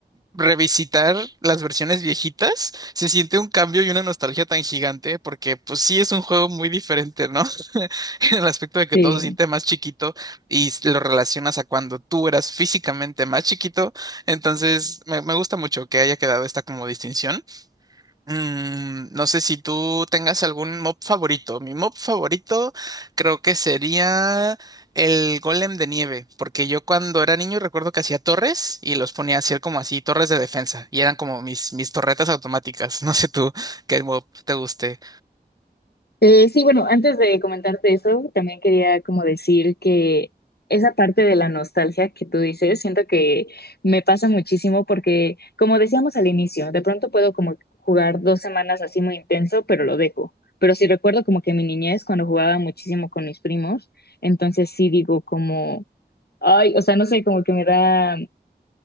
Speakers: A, on the right (about 20°); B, on the left (about 65°).
A: revisitar las versiones viejitas se siente un cambio y una nostalgia tan gigante porque pues sí es un juego muy diferente, ¿no? <laughs> En el aspecto de que
B: Sí.
A: todo se siente más chiquito y s- lo relacionas a cuando tú eras físicamente más chiquito, entonces me, me gusta mucho que haya quedado esta como distinción Mm, no sé si tú tengas algún mob favorito. Mi mob favorito creo que sería el Golem de Nieve, porque yo cuando era niño recuerdo que hacía torres y los ponía a hacer como así, torres de defensa, y eran como mis, mis torretas automáticas. <laughs> No sé tú qué mob te guste.
B: Eh, sí, bueno, antes de comentarte eso, también quería como decir que esa parte de la nostalgia que tú dices, siento que me pasa muchísimo porque, como decíamos al inicio, de pronto puedo como jugar dos semanas así muy intenso, pero lo dejo. Pero sí recuerdo como que mi niñez, cuando jugaba muchísimo con mis primos, entonces sí digo como, ay, o sea, no sé, como que me da